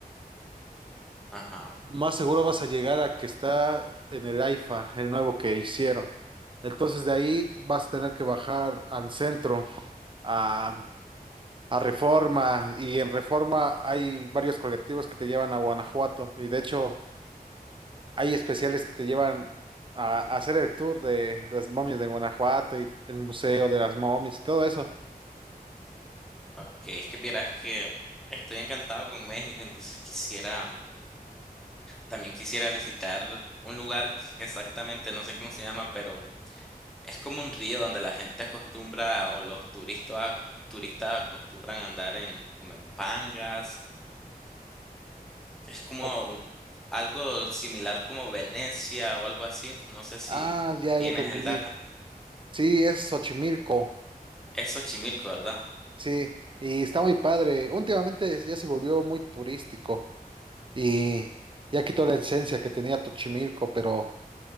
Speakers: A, in the centre; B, on the right.
A: Ajá.
B: más seguro vas a llegar a que está en el AIFA, el nuevo que hicieron. Entonces de ahí vas a tener que bajar al centro, a, a Reforma, y en Reforma hay varios colectivos que te llevan a Guanajuato, y de hecho hay especiales que te llevan a, a hacer el tour de, las momias de Guanajuato y el Museo de las Momias y todo eso.
A: Ok, es que vieras que estoy encantado con México, entonces quisiera, también quisiera visitar un lugar que exactamente no sé cómo se llama, pero Es como un río donde la gente acostumbra o los turistas turistas acostumbran a andar en como en pangas. Es como
B: O-
A: un- algo similar como Venecia o algo así. No sé si
B: Ah, ya,
A: tienes
B: ya te entendí.
A: el dato.
B: Sí, es Xochimilco,
A: Es Xochimilco, ¿verdad?
B: sí, y está muy padre. Últimamente ya se volvió muy turístico. y ya quitó la esencia que tenía Tochimilco, pero